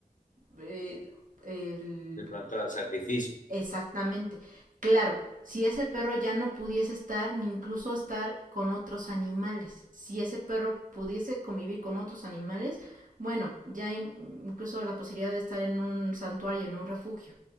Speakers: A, on the right; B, on the left.
A: el, el
B: de pronto al sacrificio.
A: Exactamente. Claro, si ese perro ya no pudiese estar, ni incluso estar con otros animales, si ese perro pudiese convivir con otros animales, bueno, ya hay mm, incluso la posibilidad de estar en un santuario, en un refugio.